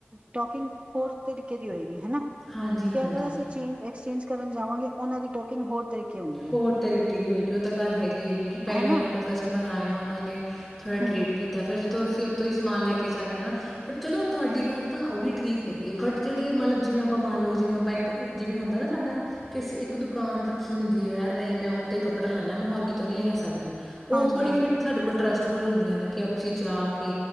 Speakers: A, on the right; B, in the centre.
A: ਟੋਕਿੰਗ ਹੋਰ ਤਰੀਕੇ ਦੀ ਹੋਏਗ ਹਨਾ
B: ਹਾਂਜੀ ਹਾਂਜੀ
A: ਤੇ ਅਗਰ ਅਸੀਂ ਚੇਂਜ ਐਕਸਚੇਂਜ ਕਰਨ ਜਾਵਾਂਗੇ ਉਹਨਾਂ ਦੀ ਟੋਕਿੰਗ ਹੋਰ ਤਰੀਕੇ ਹੁੰਦੀ ਹੈ
B: ਹੋਰ ਤਰੀਕੇ ਦੀ ਹੋਏਗੀ ਉਹ ਤਾਂ ਗੱਲ ਹੈਗੀ ਹੈਗੀ ਕਿ ਪਹਿਲੇ
A: ਹਨਾ
B: ਉਹਨਾਂ ਕੋਲ ਕਸਟਮਰ ਆਏਆ ਆ ਉਹਨਾਂ ਨੇ ਥੋੜ੍ਹਾ
A: ਹਮ
B: ਟਰੀਟ
A: ਹਮ
B: ਕੀਤਾ ਫਿਰ ਤੇ ਅਸੀਂ ਉਥੋਂ ਹੀ ਸਮਾਨ ਲੈ ਕੇ ਜਾ ਰਹੇ ਆਂ ਬਟ ਚਲੋ ਤੁਹਾਡੀ ਗੱਲ ਤਾਂ ਉਹ ਵੀ ਠੀਕ ਹੈਗੀ ਆ ਬਟ ਜਿਹੜੇ ਮੰਨ ਲਓ ਵੀ ਮਾਲੋ ਜਿਵੇਂ ਇੱਕ ਹੁੰਦਾ ਨਾ ਸਾਡਾ ਕਿ ਅਸੀਂ ਇੱਕ ਦੁਕਾਨ ਰੱਖੀਹੁੰਦੀ ਯਾਰ ਨਹੀਂ ਮੈਂ ਉਤੋਂ ਹੀ ਕੱਪੜਾ ਲੈਣਾ ਮੈਂ ਹੋਰ ਕਿਤੋਂ ਨ ਨਹੀਂ ਲੈ ਸਕਦੀ ਉਹ
A: ਹਾਂਜੀ
B: ਥੋੜੀ
A: ਹਾਂਜੀ
B: ਫਿਰ ਸਾਡੇ ਕੋਲ ਟਰੱਸਟ ਫੁੱਲ ਹੁੰਦੀਆਂ ਨੇ ਕਿ ਅਸੀਂ ਜਾ ਕੇ